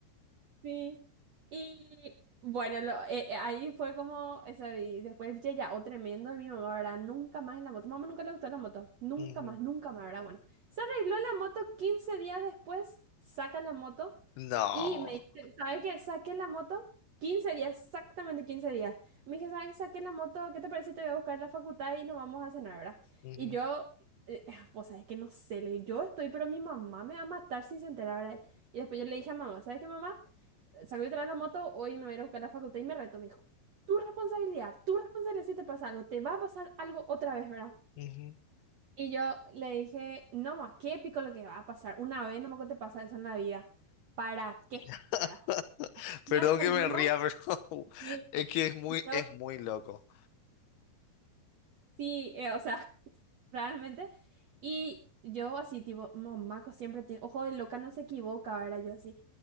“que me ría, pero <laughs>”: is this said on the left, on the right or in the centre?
Left